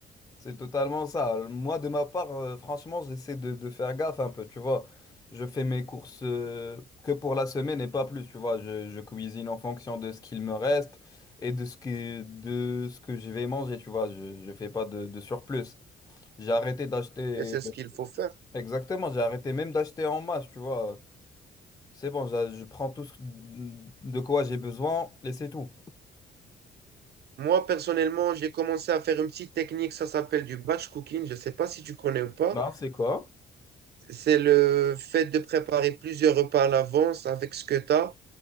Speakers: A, on the left; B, on the right.
A: C'est totalement ça. Moi, de ma part, euh, franchement, j'essaie de, de faire gaffe un peu, tu vois. Je fais mes courses euh, que pour la semaine et pas plus, tu vois. Je, je cuisine en fonction de ce qu'il me reste et de ce que, de ce que je vais manger, tu vois. Je, je fais pas de, de surplus. J'ai arrêté d'acheter...
B: Et c'est ce qu'il faut faire.
A: Exactement, j'ai arrêté même d'acheter en masse, tu vois. C'est bon, j'a- je, prends tout ce de quoi j'ai besoin et c'est tout.
B: Moi, personnellement, j'ai commencé à faire une petite technique, ça s'appelle du batch cooking. Je ne sais pas si tu connais ou pas.
A: Non, c'est quoi?
B: c'est le fait de préparer plusieurs repas à l'avance avec ce que tu as.